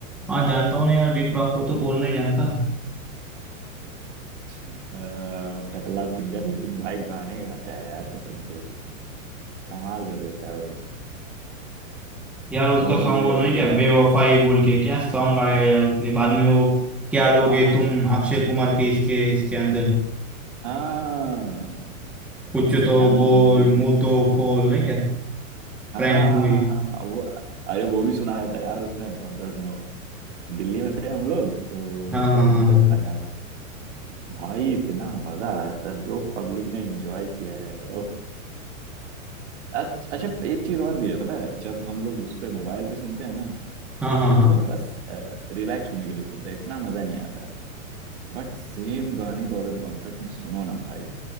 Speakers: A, in the centre; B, on the right.
A: हाँ जानता हूँ ना यार बी प्राक को तो कौन नहीं जानता
B: अ, टकला सिंगर लेकिन भाई गाने गाता है यार कसम से कमाल कर देता है वो
A: यार उसका
B: और
A: सॉन्ग वो नहीं क्या
B: एक
A: बेवफाई बोल के क्या सॉन्ग आया यार उसने बाद में वो क्या लोगे
B: हाँ हाँ
A: तुम अक्षय कुमार के इसके इसके अंदर
B: हाँ
A: कुछ
B: अ,
A: तो
B: क्या नाम
A: बोल
B: है उसकी
A: मुंह तो खोल नहीं क्या
B: हाँ
A: प्रैंक
B: हाँ
A: मूवी
B: हाँ हाँ हाँ हाँ, वो अरे वो भी सुनाया था यार उसने कॉन्सर्ट में दिल्ली में थे हम लोग तो
A: हाँ
B: उसका
A: हाँ
B: कॉन्सर्ट
A: हाँ
B: था यार भाई इतना मजा आया था जो पब्लिक ने एंजॉय किया है ओह अच्छ- अच्छा एक चीज और भी है पता है जब हम लोग उस पे मोबाइल पे सुनते हैं ना
A: हाँ हाँ
B: तो
A: हाँ हाँ
B: बस रिलैक्स होने के लिए सुनते हैं इतना मजा नहीं आता बट सेम गाने को अगर कॉन्सर्ट में सुनो ना भाई